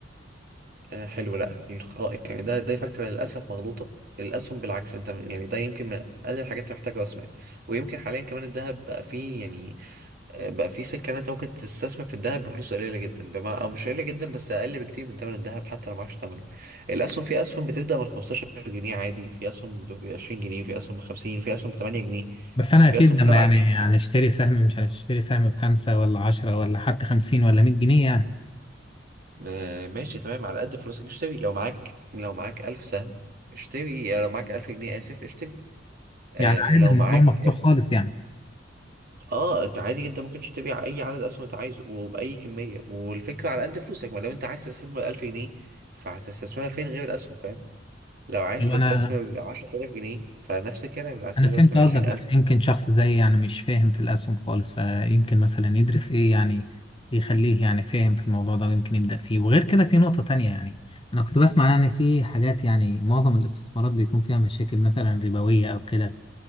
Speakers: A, on the right; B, on the left.
A: آه حلو لا الخ- يعني ده ده فكره للاسف مغلوطه الاسهم بالعكس انت م- يعني ده يمكن من اقل الحاجات اللي محتاجه راس مال ويمكن حاليا كمان الذهب بقى فيه يعني آه، بقى فيه سكه ان انت ممكن تستثمر في الذهب بفلوس قليله جدا بما او مش قليله جدا بس اقل بكتير من ثمن الذهب حتى لو معكش ثمنه الاسهم في اسهم بتبدا من 15 جنيه عادي في اسهم ب 20 جنيه في اسهم ب 50 في اسهم ب 8 جنيه
B: بس انا
A: في
B: اكيد
A: اسهم ب 7
B: لما يعني
A: جنيه
B: هنشتري سهم مش هنشتري سهم بخمسه ولا عشرة ولا حتى خمسين ولا مية جنيه يعني
A: آه، ماشي تمام على قد فلوسك اشتري لو معاك لو معاك ألف سهم اشتري يعني لو معاك ألف جنيه آسف اشتري آه
B: يعني عادي
A: لو معاك
B: الموضوع مفتوح خالص يعني
A: اه انت عادي جدا ممكن تشتري ع- اي عدد اسهم انت عايزه وبأي كمية والفكرة على قد فلوسك ما لو انت عايز تستثمر 1000 جنيه فهتستثمرها فين غير الأسهم فاهم لو عايز
B: لو
A: تستثمر
B: انا
A: 10000 جنيه فنفس الكلام لو عايز
B: انا
A: تستثمر
B: فهمت قصدك
A: 20000
B: بس يمكن شخص زي يعني مش فاهم في الاسهم خالص فيمكن مثلا يدرس ايه يعني يخليه يعني فاهم في الموضوع ده ويمكن يبدأ فيه وغير كده في نقطة تانية يعني انا كنت بسمع يعني في حاجات يعني معظم الاستثمارات بيكون فيها مشاكل مثلا ربوية او كده